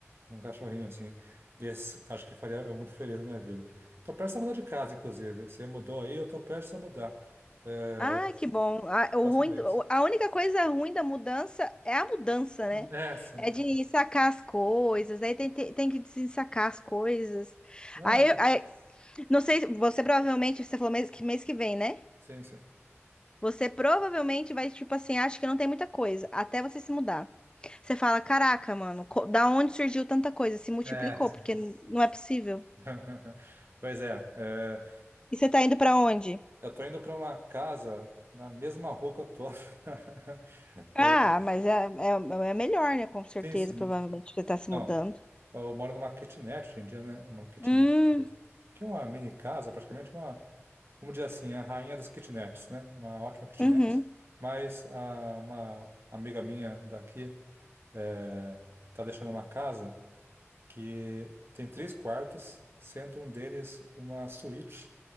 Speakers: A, on the right (about 55°); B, on the left (about 20°).
A: Um cachorrinho, assim. Desse, acho que faria eu muito feliz na minha vida. Tô prestes a mudar de casa, inclusive. Você mudou aí, eu tô prestes a mudar. É,
B: Ai, que bom. A, o
A: próximo
B: ruim,
A: mês.
B: do- a única coisa ruim da mudança é a mudança, né?
A: É, sim.
B: É de sacar as coisas, aí tem, tem, tem que desensacar as coisas.
A: Não,
B: Aí,
A: mas.
B: aí, não sei, você provavelmente, você falou mês que, mês que vem, né?
A: Sim, sim.
B: Você provavelmente vai, tipo assim, acha que não tem muita coisa, até você se mudar. Você fala, caraca, mano, co- da onde surgiu tanta coisa? Se multiplicou,
A: É, sim.
B: porque n- não é possível.
A: <laughs> Pois é, é,
B: E você tá indo pra onde?
A: eu tô indo para uma casa na mesma rua que eu tô. <laughs> É,
B: Ah, mas é, é, é melhor, né? Com certeza,
A: sim, sim.
B: provavelmente, que você tá se
A: Então,
B: mudando.
A: eu moro numa kitnet hoje em dia, né? Uma kitnet.
B: Hum.
A: Que é uma mini casa, praticamente uma. Vamos dizer assim, a rainha das kitnets, né? Uma ótima kitnet.
B: Uhum.
A: Mas a, uma amiga minha daqui é, tá deixando uma casa. que tem três quartos, sendo um deles uma suíte,